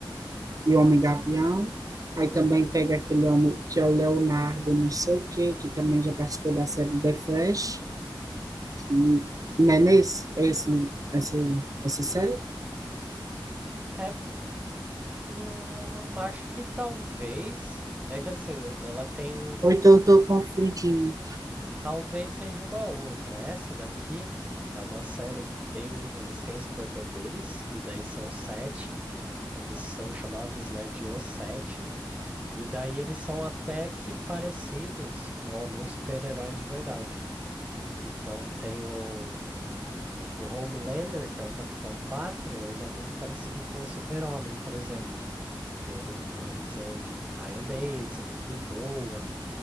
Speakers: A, on the right; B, on the right.
A: e o homem gavião. Aí também pega aquele homem que é o Leonardo, não sei o quê, que também já participou da série The Flash. E, não é nesse? É esse, né? essa, essa série?
B: É, hum, acho que talvez. É que assim, ela tem.
A: Ou então eu tô confundindo.
B: Talvez seja uma outra. Essa daqui é uma série que tem. Eles têm superpoderes, e daí são sete. Eles são chamados, né, de Os Sete. E daí eles são até que parecidos com alguns super-heróis de verdade. Então tem o, o Homelander, que é o Capitão Pátria, ele é muito parecido com o Super-Homem, por exemplo. Ele tem um- uma visão de raio laser, ele voa.